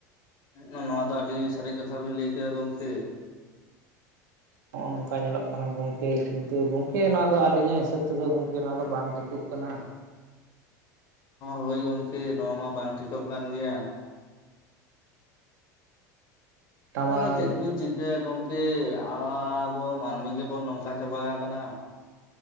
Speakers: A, on the left (about 50°); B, on the right (about 75°).
A: ᱚᱸ ᱱᱚᱣᱟ ᱫᱚ ᱟᱹᱰᱤ ᱥᱟᱹᱨᱤ ᱠᱟᱛᱷᱟ ᱵᱤᱱ ᱞᱟᱹᱭ ᱠᱮᱫᱟ ᱜᱚᱝᱠᱮ᱾
B: ᱦᱚᱜ-ᱚ ᱱᱚᱝᱠᱟ ᱧᱮᱞᱚᱜ ᱠᱟᱱᱟ ᱜᱚᱝᱠᱮ ᱠᱤᱱᱛᱩ ᱜᱚᱝᱠᱮ ᱱᱚᱣᱟ ᱫᱚ ᱟᱹᱞᱤᱧᱟᱜ ᱦᱤᱥᱟᱹᱵ ᱛᱮ ᱫᱚ ᱜᱚᱝᱠᱮ ᱱᱚᱣᱟ ᱫᱚ ᱵᱟᱝ ᱴᱷᱤᱠᱚᱸᱜ ᱠᱟᱱᱟ᱾
A: ᱦᱳᱭ ᱜᱚᱝᱠᱮ ᱱᱚᱣᱟ ᱢᱟ ᱵᱟᱝ ᱴᱷᱤᱠᱚᱸᱜ ᱠᱟᱱ ᱜᱮᱭᱟ᱾
B: ᱴᱟᱢᱟᱠ
A: ᱟᱫᱚ ᱪᱮᱜ ᱵᱤᱱ ᱪᱤᱠᱟᱹᱭᱟ ᱜᱚᱝᱠᱮ ᱟᱻᱵᱚ ᱢᱟᱹᱱᱢᱤ ᱜᱮᱵᱚᱱ ᱱᱚᱝᱠᱟ ᱪᱟᱵᱟ ᱟᱠᱟᱱᱟ᱾